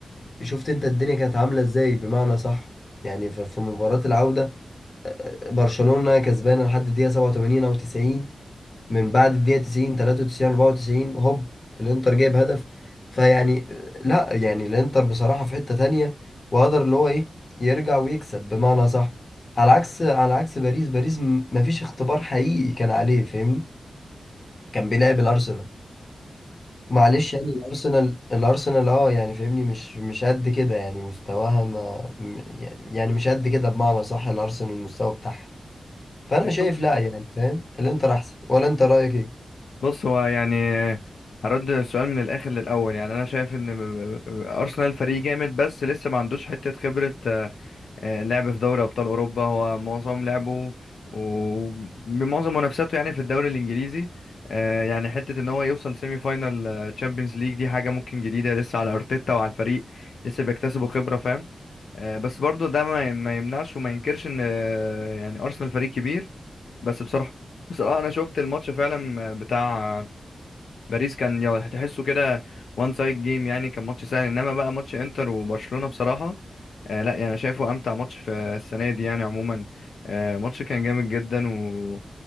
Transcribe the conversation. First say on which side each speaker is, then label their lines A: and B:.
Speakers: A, on the left; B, on the left.
A: شفت انت الدنيا كانت عاملة ازاي بمعنى صح يعني ف- في مباراة العودة آه، برشلونة كسبانة لحد الدقيقة 87 او 90 من بعد الدقيقة 90 93 94 هوب الانتر جايب هدف فيعني لا يعني الانتر بصراحة في حتة تانية وقدر اللي هو ايه يرجع ويكسب بمعنى صح على عكس على عكس باريس باريس م- مفيش اختبار حقيقي كان عليه فاهمني كان بيلعب الارسنال معلش يعني الارسنال الارسنال اه يعني فاهمني مش مش قد كده يعني مستواها ما م- يعني مش قد كده بمعنى صح الارسنال المستوى بتاعها فانا
B: أه
A: شايف لا يعني فاهم الانتر احسن ولا انت رايك ايه
B: بص هو يعني هرد السؤال من الاخر للاول يعني انا شايف ان م- م- ارسنال فريق جامد بس لسه ما عندوش حته خبره آه، آه، لعب في دوري ابطال اوروبا هو معظم لعبه ومعظم منافساته يعني في الدوري الانجليزي آه، يعني حته ان هو يوصل سيمي فاينال تشامبيونز ليج دي حاجه ممكن جديده لسه على ارتيتا وعلى الفريق لسه بيكتسبوا خبره فاهم آه، بس برضه ده ما ما يمنعش وما ينكرش ان آه، يعني ارسنال فريق كبير بس بصراحه بصراحه انا شفت الماتش فعلا بتاع باريس كان يو- هتحسه كده وان سايد جيم يعني كان ماتش سهل انما بقى ماتش انتر وبرشلونة بصراحة آه لا يعني انا شايفه امتع ماتش في السنة دي يعني عموما آه ماتش كان جامد جدا و